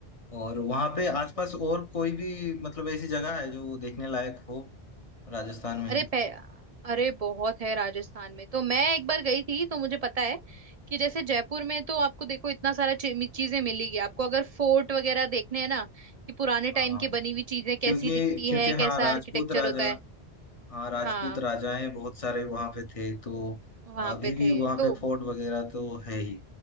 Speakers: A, on the left (about 35°); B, on the right (about 45°).
A: और वहाँ पे आसपास और कोई भी मतलब ऐसी जगह है जो देखने लायक हो राजस्थान में
B: अरे
A: ही
B: पह... अरे बहुत है राजस्थान में तो मैं एक बार गई थी तो मुझे पता है कि जैसे जयपुर में तो आपको देखो इतना सारा ची- चीजें मिलेगी आपको अगर फोर्ट वगैरह देखने हैं ना कि पुराने टाइम
A: हाँ हाँ।
B: की बनी हुई चीजें कैसी
A: क्योंकि
B: दिखती
A: क्योंकि
B: है कैसा
A: हाँ राजपूत
B: आर्किटेक्चर
A: राजा
B: होता है
A: हाँ राजपूत
B: हाँ
A: राजाएं बहुत सारे वहाँ पे थे तो
B: वहां
A: अभी
B: पे
A: भी
B: थे
A: वहाँ
B: तो
A: पे फोर्ट वगैरह तो है ही